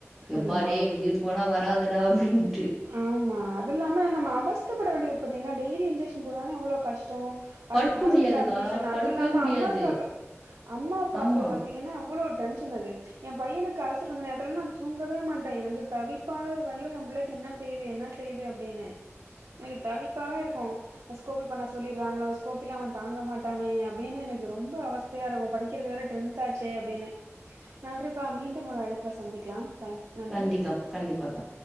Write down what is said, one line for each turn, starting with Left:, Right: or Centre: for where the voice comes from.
Centre: எப்பா
Right: ஆமா.
Centre: டேய் உயிர் போனா வரா வராது டா அப்டின்ட்டு
Right: ஆமா அதுலாம நம்ம அவஸ்தப்பட வேண்டிருக்கு பாத்தீங்களா டெய்லி இன்ஜெக்சன் போட்ராங்னா எவ்ளோ கஷ் டம்
Centre: படுக்க
Right: அட் ஹாஸ்பிட்ல
Centre: முடியாதுக்கா
Right: அட்மிஷன்
Centre: படுக்கவே
Right: அதுல்லாம
Centre: முடியாது
Right: அம்மாக்கு அப்ப அம்மா அப்பாக்கு
Centre: ஆமா
Right: பாத்தீங்கன்னா எவ்வளோ டென்ஷன் அது என் பையனுக்கு அல்சர் வந்த நேரத்துல நா தூங்கவே மாட்டேன் எனக்கு தவிப்பாவே இருக்கும் ஐயோ என் பிள்ளைக்கு என்னா செய்து என்னா செய்து அப்டினு எனக்கு தவிப்பாவே இருக்கும் ஸ்கோபி பண்ண சொல்லிட்றாங்களோ ஸ்கோப்பிலாம் அவன் தாங்க மாட்டானே அப்டின்னு எனக்கு ரொம்ப அவஸ்தையா இருக்கும் படிக்கிறது வேற டென்த்தாச்சே அப்டின்னு நன்றிப்பா மீண்டும் ஒரு அழைப்புல சந்திக்கலாம் தேங்க் நன்றி
Centre: கண்டிக்கா கண்டிப்பாக்கா